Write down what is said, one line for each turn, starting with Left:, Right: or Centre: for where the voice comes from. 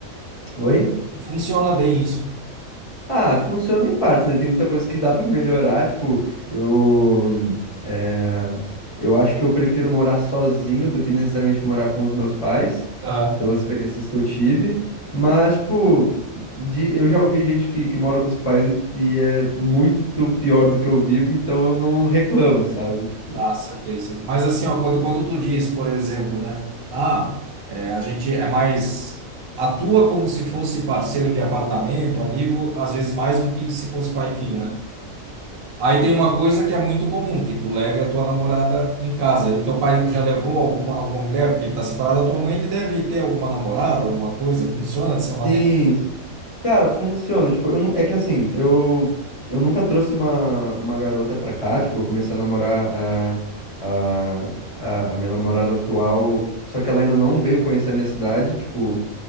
Left: oi?
Right: E funciona bem isso.
Left: Ah, funciona em partes, né? Tem muita coisa que dá pra melhorar. Tipo, eu. hum, eh, eu acho que eu prefiro morar sozinho do que necessariamente morar com os meus pais,
Right: Ah,
Left: pelas experiências que eu tive. Mas, tipo, de- eu já ouvi gente que, que mora com os pais e, e é muito pior do que eu vivo, então eu não reclamo, sabe? Tipo,
Right: ah, saquei, saquei. Mas assim, ó, quando, quando tu diz, por exemplo, né? Ah, é, a gente é mais... Atua como se fosse parceiro de apartamento, amigo, às vezes mais do que se fosse pai e filho, né? Aí tem uma coisa que é muito comum, que tu leve a tua namorada em casa. E teu pai já levou alguma, alguma mulher, porque ele está separado da tua mãe, ele deve ter alguma namorada, alguma coisa. Funciona dessa maneira?
Left: Sim, sim. Cara, funciona. Tipo, eu não... é que assim, eu eu nunca trouxe uma, uma garota pra cá. Tipo, eu comecei a namorar a, a, a, a minha namorada atual, só que ela ainda não veio conhecer a minha cidade. Tipo,